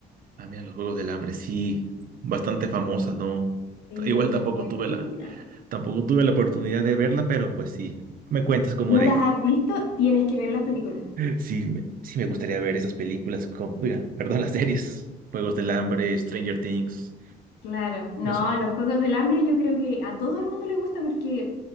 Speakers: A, on the right (about 55°); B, on the left (about 85°).
A: ah, mira, los Juegos del Hambre, sí, bastante famosa, ¿no?
B: Sí,
A: Igual tampoco
B: muy
A: tuve
B: buena.
A: la, tampoco tuve la oportunidad de verla, pero pues sí, me cuentas como
B: ¿No
A: de
B: las
A: que
B: has visto? Tienes que ver las películas.
A: Sí, me- sí me gustaría ver esas películas con, oiga, perdón, <laughs> las series. Juegos del Hambre, Stranger Things.
B: Claro, no,
A: Me suena.
B: Los Juegos del Hambre yo creo que a todo el mundo le gusta porque